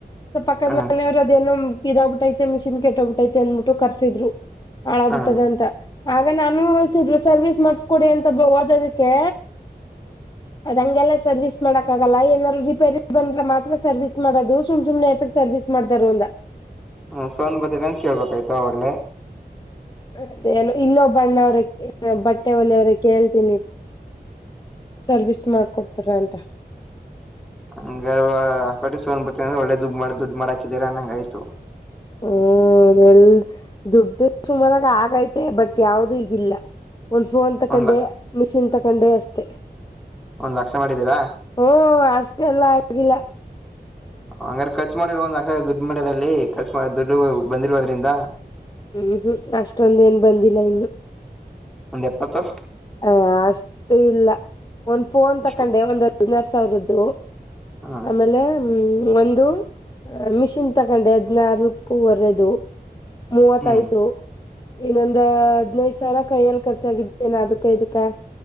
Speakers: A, on the left (about 25°); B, in the centre.
A: ಸ್ವಲ್ಪ ಪಕ್ಕದ
B: ಹ
A: ಮನೆಯವ್ರು ಅದೇನ ಇದಗ್ಬಿಟ್ಟೈತೆ ಮಿಷಿನ್ ಕೆಟ್ಟ್ಬಿಟ್ಟೈತೆ ಅಂದಬಿಟ್ಟು ಕರ್ಸಿದ್ರು ಹಾಳಗ್ಬಿಟ್ಟದ
B: ಹ
A: ಅಂತ ಆಗ ನ ಅನ್ಭವಸಿದ್ರು ಸರ್ವಿಸ್ ಮಾಡಸ್ಕೊಡಿ ಅಂತ ಓದೋದಕ್ಕೆ ಅದಂಗೆಲ್ಲ ಸರ್ವಿಸ್ ಮಾಡಕ್ ಆಗಲ್ಲ ಏನಾರರು ರಿಪೇರಿ ಬಂದ್ರ ಮಾತ್ರ ಸರ್ವಿಸ್ ಮಾಡೋದು ಸುಮ್ ಸುಮ್ನೆ ಆತ ಸರ್ವಿಸ್ ಮಾಡತಾರ ಒಂದ
B: ಹ್ಮ ಸೋನ್ ಬತ ಅಂತ ಕೇಳ್ಬೇಕಾಯ್ತು ಆಾಗೇ
A: ಅದೇನು ಇಲ್ಲೋ ಬಣ್ಣವ್ರ ಬಟ್ಟೆ ಒಲೆಯವ್ರ ಕೇಳ್ತೀನಿ ಸರ್ವಿಸ್ ಮಾಡ್ಕೊಡ್ತಾರ ಅಂತ
B: ಹ ಗರ್ವಪ ಸನ್ ಬರ್ತ ಅಂದ್ರ ಒೆ ದುಡ್ ಮಾಡಿ ದುಡ್ ಮಾಡಾಕಿದೀರಂಗ ಆಯ್ತು
A: ಹ್ಮ ಎಲ್ ದುಡ್ಡು ಸುಮಾರಾಗ ಆಗೈತೆ ಬಟ್ ಯಾವ್ದೂ ಈಗಿಲ್ಲ ಒಂದು ಫೋನ್ ತಕೊಂಡೆ
B: ಒಂದ್
A: ಮೆಷಿನ್ ತಕೊಂಡೆ ಅಷ್ಟೆ
B: ಒಂದ್ ಲಕ್ಷ ಮಾಡಿದ್ದೀರಾ
A: ಹಓ ಅಷ್ಟೆಲ್ಲ ಆಗ್ಿಲ್ಲ
B: ಹಂಗ್ರ ರ್ಚ್ ಮಾಡಿಲ್ ಒ್ ಅಸ ದುಡ್ಡು ಮಾಡ್ಯದ ಅಲ್ಲಿ ರ್ ಮಾಡ ದುಡ್ಡು ಬಂದಿಲ್ವ ಅದ್ರಿಂದ
A: ಹ್ಮ್ ಹ್ಮ್ ಅಷ್ಟೊಂದ ಏನ್ ಬಂದಿಲ್ಲ ಇಂದು
B: ಒಂದ್ ಎಪ್ಪತ್ತ
A: ಹ ಅಷ್ಟು ಇಲ್ಲ ಒಂದ್ ಫೋನ್
B: ಎಷ್ಟು
A: ತಕೊಂಡೆ ಒಂದ ನರ್ಸ್ ಅವ್ರದ್ದು
B: ಹ
A: ಆಮೇಲೆ ಹ್ಮ ಒ ಅ ಮಿಷಿನ್ ತಗೊಂಡೆ ಹದ್ನಾಲ್ಕುವರೆದು ಮೂವತ್ತಾಯತ
B: ಹ್ಮ್
A: ಇನೊಂದ ಹದ್ನೈದ್ ಸಾವಿರ ಕೈಯಲ್ಲಿ ಖರ್ಚಾಗಿದ್ದ ನ ಅದಕ್ಕ ಇದಕ್ಕ